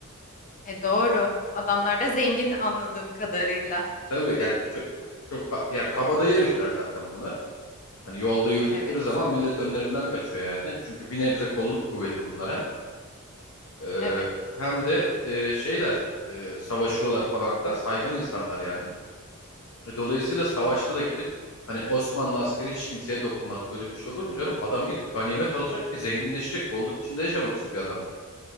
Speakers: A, on the left; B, on the left.
A: E doğru. Adamlar da zengin anladığım kadarıyla.
B: Tabii yani çok, çok ha- ya kabadayı herifler zaten bunlar. Hani yolda yürüdükleri
A: Evet.
B: zaman millet önlerinden kaçıyor yani. Çünkü bir nebze kolluk kuvveti bunlar hem. Ee,
A: Evet.
B: hem de e, şeyler e, savaşıyorlar falan filan saygın insanlar yani. E, Dolayısıyla savaşta da gidip hani Osmanlı askeri hiç kimseye dokunmaz. Öyle bir şey olur mu canım? Adam gidip ganimet alacak ki zenginleşecek. Bolluk içinde yaşamak istiyor adam yani.